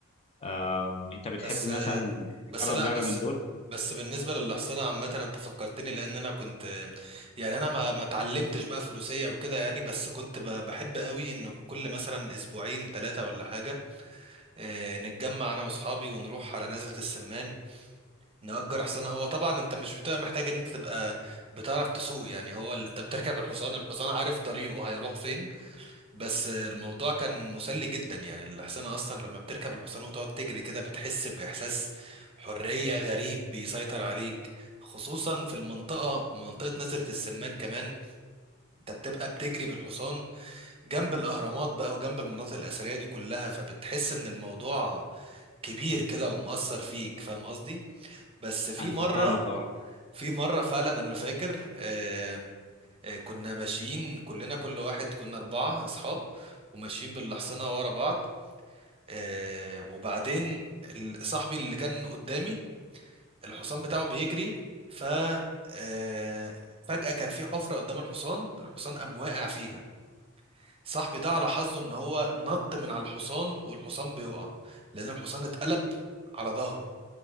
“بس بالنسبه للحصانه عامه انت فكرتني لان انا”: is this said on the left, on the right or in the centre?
Right